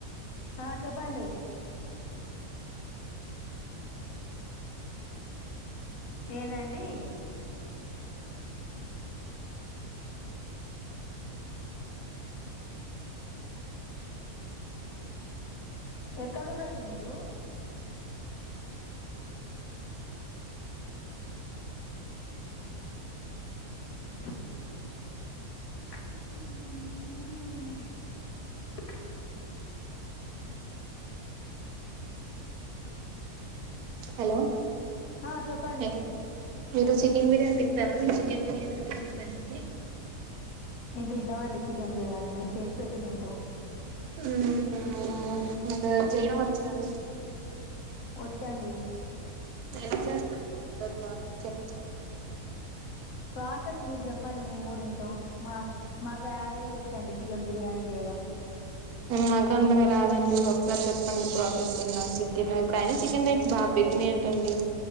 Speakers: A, on the left (about 70°); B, on the right (about 80°).
A: ఆ చెప్పండి ఏనండి ఎక్కడుర్రండి మీరు <unintelligible>
B: హలో
A: ఆ చెప్పండి
B: హాయ్ చికెన్ బిర్యానీ అంటె ఇష్టమేనండి
A: మేము తింటాం అండి చికెన్ బిర్యానీ మీరు చేసి పెడితే తింటాం
B: మ్.. మీకు చేయడంవచ్చా అండి
A: వచ్చండి
B: ఎలా చేస్తరు బ చెప్పవా
A: ప్రాసెస్ మీరు చెప్పండి మేము కూడా ఇంటం మా మాకు యావరేజ్ గా వచ్చండి చికెన్ బిర్యానీ చేయడం <unintelligible>
B: మ్... నాకు అంతగా రాదండి ఒకసారి చెప్పండి ప్రాసెస్ విందాం చికెన్ ఇప్పుడయినా చికెన్ రేట్స్ బాగా పెరిగినయి అంటండి